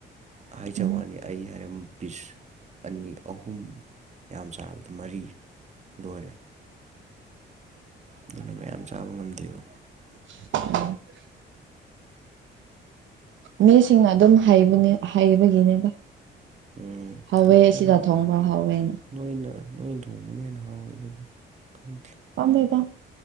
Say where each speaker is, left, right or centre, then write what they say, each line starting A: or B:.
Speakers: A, on the right (about 35°); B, on the right (about 70°).
A: ꯍꯥꯏꯖ
B: ꯎꯝ
A: ꯋꯥꯅꯤ ꯑꯩ ꯍꯥꯏꯔꯝ ꯄꯤꯁ ꯑꯅꯤ ꯑꯍꯨꯝ ꯌꯥꯝ ꯆꯥꯔꯕꯗ ꯃꯔꯤ ꯂꯣꯏꯔꯦ ꯑꯗꯨꯅ ꯃꯌꯥꯝ ꯆꯥꯕ ꯉꯝꯗꯦꯕ
B: <inaudible> ꯃꯤꯁꯤꯡꯅ ꯑꯗꯨꯝ ꯍꯩꯕꯅꯦ ꯍꯩꯕꯒꯤꯅꯤꯗ
A: ꯎꯝ
B: ꯍꯥꯎꯋꯦ
A: ꯑꯗꯨ ꯈꯪꯗꯦ
B: ꯁꯤꯗ ꯊꯣꯡꯕ ꯍꯥꯎꯋꯦꯅ
A: ꯅꯣꯏꯅ ꯅꯣꯏ ꯊꯣꯡꯕꯅ ꯍꯦꯟꯅ ꯍꯥꯎꯋꯦ ꯑꯗꯨꯅꯗꯨꯝ ꯈꯪꯗꯦ
B: ꯄꯥꯝꯗꯦꯗꯥ